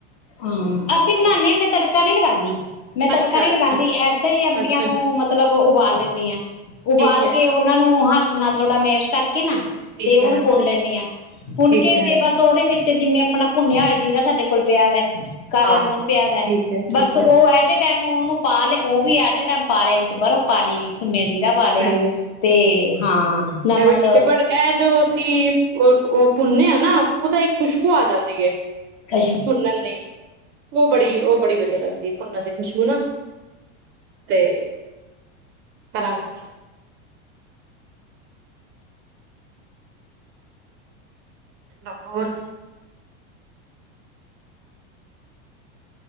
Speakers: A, on the left; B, on the right.
A: ਹਾਂ,
B: ਹਾਂਜੀ
A: ਅਸੀਂ ਬਣਾਦੇ ਹ ਮੈਂ ਤੜਕਾ ਨੀ ਲਗਾਉਂਦੀ। ਮੈਂ ਤੜਕਾ
B: ਅੱਛਾ-ਅੱਛਾ,
A: ਨਹੀਂ ਲਗਾਉਂਦੀ, ਐਸੇ ਹੀ ਅੰਬੀਆਂ
B: ਅੱਛਾ ਅੱਛਾ
A: ਨੂੰ ਮਤਲਬ ਉ ਉਬਾਲ ਲੈਂਦੀ ਹਾਂ। ਉਬਾਲ
B: ਠੀਕ ਐ,
A: ਕੇ ਉਹਨਾ ਨੂੰ ਹੱਥ ਹੱਥ ਨਾਲ ਥੋੜਾ ਮੇਸ਼ ਕਰਕੇ ਨਾ
B: ਠੀਕ
A: ਤੇ ਉਹਨੂੰ
B: ਐ,
A: ਪੁੰਨ ਲੈਂਦੀ ਹਾਂ ਪੁੁੰਨ
B: ਠੀਕ
A: ਕੇ
B: ਐ
A: ਤੇ ਬਸ ਉਹਦੇ ਵਿੱਚ ਤੇ ਜਿਵੇਂ ਆਪਣਾ ਭੁੰਨਿਆ ਹੋਆ ਜੀਰਾ ਸਾਡੇ ਕੋਲ ਪਿਆ ਵੇ ਕਾਲਾ
B: ਹਾਂ,
A: ਲੂਣ ਪਿਆ ਦਾ
B: ਠੀਕ ਐ,
A: ਬਸ
B: ਠੀਕ
A: ਉਹ
B: ਐ
A: ਐਟ ਟਾਈਮ ਉਹ ਨੂੰ ਪਾ ਲੇ। ਉਹ ਵੀ ਐਟ ਏ ਟਾਈਮ ਪਾਲਿਆ ਵਿੱਚ ਬਰਫ਼ ਪਾਲੀ ਭੁੰਨਿਆ ਜੀਰਾ ਪਾ ਲਿਆ
B: ਸਹੀ ਐ।
A: ਤੇ ਹਾਂ। ਨਮਕ
B: ਇਹ ਵੀ ਠੀਕ ਹੈ, ਪਰ ਇਹ ਜੋ ਅਸੀਂ ਭੁੰਨੇ ਆ ਨਾ, ਉਹਦਾ ਇੱਕ ਖੁਸ਼ਬੂ ਆ ਜਾਂਦੀ ਹੈ।
A: ਕਸ਼
B: ਭੁੰਨਨ ਦੀ ਉਹ ਬੜੀ, ਉਹ ਬੜੀ ਵਧੀਆ ਲੱਗਦੀ ਭੁੰਨਣ ਦੀ ਖੁਸ਼ਬੂ ਨਾ, ਤੇ ਕਰਾਂਗੇ ਲਾਹੌਰ